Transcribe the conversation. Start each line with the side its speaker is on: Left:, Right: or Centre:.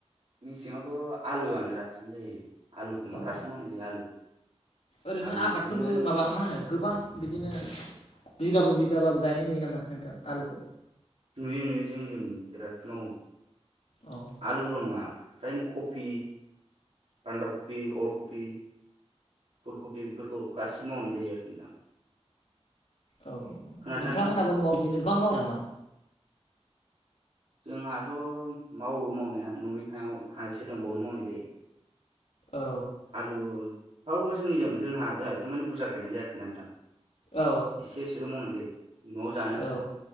Right: मेसेङावथ' आलुआनो रासिन जायो आलुखौ
Left: औ
Right: रासिन मावनाय जायो आलु
Left: ओरैनो
Right: आलु
Left: आबादफोरबो
Right: बिदिनो
Left: माबा मा होनो गोबां बिदिनो बिगाबो बिगाबाबो गायनाय नुयो नामा नोंथां आलुखौ
Right: नुयो नुयो जोंनि जोंनि बिराद मावो
Left: औ
Right: आलुल' नङा फ्रायनो कपि बान्दा कफि अलकपि फुलकफिफोरखौ गासिबो मावनाय जायो आरोखि नोंथां
Left: औ
Right: खोनादोंना
Left: नोंथांमोनहाबो
Right: नोंथां
Left: न'आव बिदिनो गोबां मावो नामा?
Right: जोंहाथ' मावो मावनाया न'नि हायाव हा एसे दंबावनो मावनाय जायो।
Left: औ
Right: आलु बाव जोंनिजों जों जोंहथ' माने बुरजा गायनाय जायखि न नोंथां
Left: औ
Right: एसे एसेल' मावनाय जायो। न'आव जानो आन्था
Left: औ